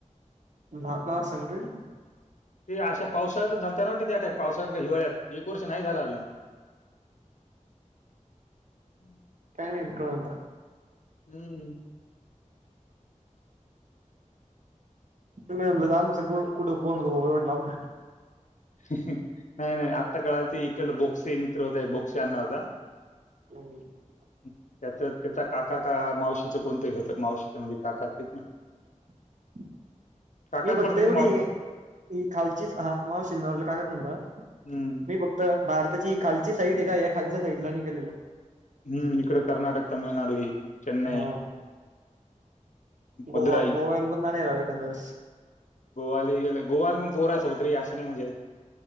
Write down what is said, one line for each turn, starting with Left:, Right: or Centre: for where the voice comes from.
Right: झाला असन रे
Left: ते अशा पावसाळ्याच झालता ना वाट ते अटॅक पावसाळ्यात का हिवाळ्यात एक वर्ष नाही झाला अजून हम्
Right: कळल
Left: हम्म
Right: ल आमचा कुठं कोण होतो बाबा तेवटया लांब
Left: नाही नाही आत्ता काळात ते इकड बोक्से मित्र होता बोक्से आडणावाचा होता
Right: <unintelligible>
Left: त्याच त्याचा काका का मावशीचं कोणतंही होतं मावशीच्यामध्ये काका असतेच ना
Right: <inaudible>
Left: काकाच
Right: मी फक्त
Left: पडते
Right: एवढी
Left: ना मावशीचा
Right: हे खालची हा मावशिला कागत म्हणता
Left: हम्म
Right: मी फक्त भारताची खालची साईड आहे का या खालच्या साईडला निघालेलो.
Left: हम्म इकड कर्नाटक तामिळनाडू हे चेन्नई
Right: हा
Left: मदुराई
Right: गोवा गोवाल पण जाणार आहे एखादयावेळेस
Left: गोवाला ले गोवाला मग पोहण सोबत रे अशी नाय मजा येत